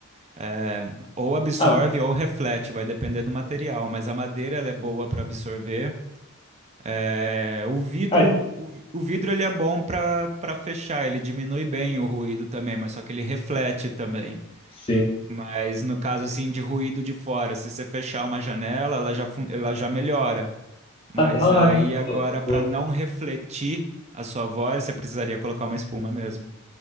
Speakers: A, on the right (about 30°); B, on the left (about 25°).
A: é, ou absorve
B: ah,
A: ou reflete, vai depender do material, mas a madeira ela é boa para absorver. É, o vidro,
B: ah,
A: o, vi- o vidro ele é bom para para fechar, ele diminui bem o ruído também, mas só que ele reflete também.
B: sim.
A: Mas no caso assim de ruído de fora, se você fechar uma janela, ela já fun- ela já melhora. Mas
B: Ah, da hora.
A: aí agora
B: Vou-
A: para
B: vou-
A: não refletir a sua voz, você precisaria colocar uma espuma mesmo.